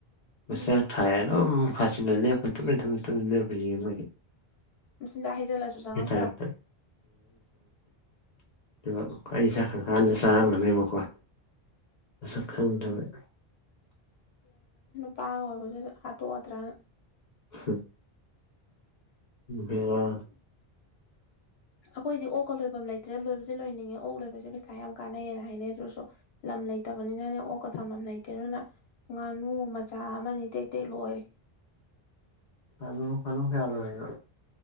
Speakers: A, on the left; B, on the left.
A: ꯃꯁꯥ
B: ꯎꯝ
A: ꯊꯥꯏ ꯅꯣ ꯐꯥꯁꯤꯅ ꯂꯦꯞꯄ ꯊ ꯊ ꯊ ꯂ ꯃꯥꯦ
B: ꯁꯤ ꯍꯥꯏꯖꯦꯂꯁꯨ ꯆꯉ
A: ꯐꯁꯦꯦ ꯑꯗꯨꯒ ꯑꯩ
B: ꯀꯩ
A: ꯁꯥ ꯈꯪ ꯀꯥꯟꯗ ꯆꯥꯔꯝꯒꯅꯦꯕꯀꯣ ꯁꯛ ꯈꯪꯗꯔꯃꯦ
B: ꯎꯝ ꯄꯥꯒ ꯑꯣꯏꯕꯗꯨꯗ ꯍꯥꯠꯇꯣꯛꯑꯠꯇ꯭ꯔꯅ
A: ꯎꯝ ꯍꯔ
B: <unintelligible> ꯑꯩꯈꯣꯏꯗꯤ ꯑꯣꯛꯀ ꯂꯣꯏꯐꯝ ꯂꯩꯇ꯭ꯔꯦꯥ ꯂꯣꯏꯕꯗꯤ ꯂꯣꯏꯅꯤꯡꯉꯦ ꯑꯣꯛ ꯂꯣꯏꯕꯁꯦ ꯄꯩꯁꯥ ꯌꯥꯝ ꯀꯥꯟꯅꯩꯌꯦꯅ ꯍꯥꯏꯅꯩ ꯑꯗꯨꯁꯨ ꯂꯝ ꯂꯩ ꯂꯩꯇꯕꯅꯤꯅꯅꯦ ꯑꯣꯛꯀ ꯊꯝ ꯑꯃ ꯂꯩꯇꯦ ꯑꯗꯨꯅ ꯉꯥꯅꯨ ꯃꯆꯥ ꯑꯃꯅꯤ ꯇꯦꯛ ꯇꯦꯛ ꯂꯣꯏꯔꯦ <unintelligible>
A: ꯁꯂꯨ ꯍꯂꯨ ꯈꯌꯥꯜ ꯑꯣꯏꯅ